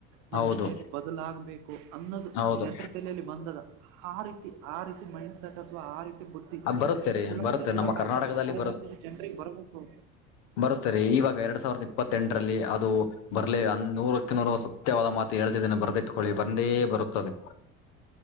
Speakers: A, on the right; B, on the left.
A: ನಮ್
B: ಹೌದು
A: ಸ್ಟೇಟ್ ಬದಲಾಗಬೇಕು ಅನ್ನೋದು
B: ಹೌದು
A: ಜನರ ತಲಲಿ ಬಂದದ ಆ ರೀತಿ ಆ ರೀತಿ ಮೈಂಡ್ಸೆಟ್ ಅಥವಾ ಆ ರೀತಿ ಬುದ್ಧಿ
B: ಅ ಬರುತ್ತೆ ರೀ
A: ಎಲ್ಲ
B: ಬರುತ್ತೆ
A: ಎಲ್ಲಾ
B: ನಮ್ಮ
A: ರಾಜ್ಯ
B: ಕರ್ನಾಟಕದಲ್ಲಿ
A: ಎಲ್ಲ ರಾಜ್ಯದ ಜನರಿಗೆ ಬರಬೇಕು
B: ಬರುತ್ತರಿ ಇವಾಗ ಎರಡ್ ಸಾವಿರದ ಇಪ್ಪತ್ತೆಂಟರಲ್ಲಿ ಅದು ಬರ್ಲಿ ನೂರಕ್ಕೆ ನೂರ ಸತ್ಯವಾದ ಮಾತ ಹೇಳ್ತಿದ್ದನ ಬರ್ದಿಟ್ಕೊಳ್ಳಿ ಬಂದೇ ಬರುತ್ತದೆ